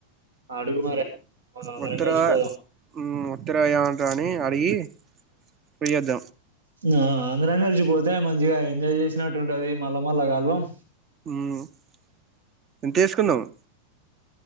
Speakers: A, on the right; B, on the right.
A: అడుగు మరే మనం అందరం
B: వత్తరా
A: కలిసిపోదాం
B: ఉమ్మ్ వత్తరా ఏమంటారాని అడిగి పోయోద్దాం
A: ఇంగ అందరం కలిసిపోతేనే మంచిగా ఎంజాయ్ చేసినట్టుంటది మల్లా మల్లా కలవం
B: ఉమ్మ్ తీసుకున్నము